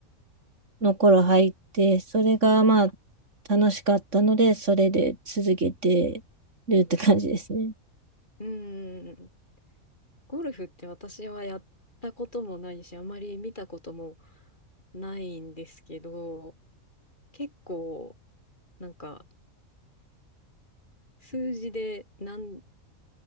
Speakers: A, on the right; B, on the left.
A: の頃入って、それがまあ
B: はい。
A: 楽しかったので、それで続けてるって感じですね。
B: うん。ゴルフって私はやったこともないし、あまり見たこともないんですけど、結構、なんか、数字で、なん、